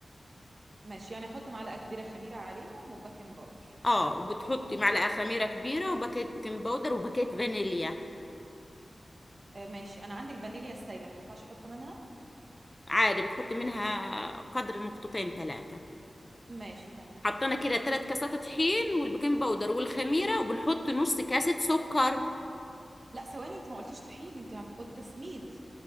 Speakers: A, on the right; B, on the left.
A: ماشي يعني احط معلقة كبيرة خميرة عليهم وباكنج باودر
B: اه وبتحطي معلقة خميرة كبيرة وباكيت بيكنج باودر وباكيت فانيليا
A: آه، ماشي انا عندي الفانيليا السايلة ما ينفعش احط منها
B: عادي بتحطي منها قدر نقطتين ثلاثة
A: ماشي تمام
B: حطينا كده ثلاث كاسات طحين والبيكنج باودر والخميرة وبنحط نص كاسة سكر
A: لا ثواني انت ما قلتيش طحين انت عن- قلت سميد